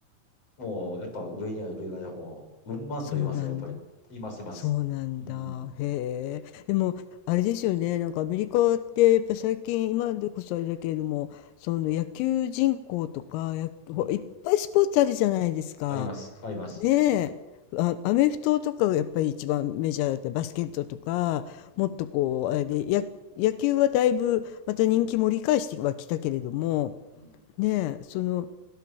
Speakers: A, on the left; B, on the left.
A: もう、やっぱ上には上が、もう、うんまんと言いますよ、
B: そうなんだ。
A: やっぱり。います、います。
B: そうなんだ。
A: うん、
B: へえ。でも、あれですよね。なんかアメリカって、やっぱ最近、今でこそあれだけれども、その野球人口とか、や、
A: うん。
B: ほいっぱいスポーツあるじゃないですか。
A: あります、あります。
B: ねえ。あ、アメフトとかがやっぱり一番メジャーだったりバスケットとか、
A: うん、
B: もっとこう、あれで、や、野球はだいぶまた人気盛り返してはきたけれども、
A: うん。
B: ねえ、その、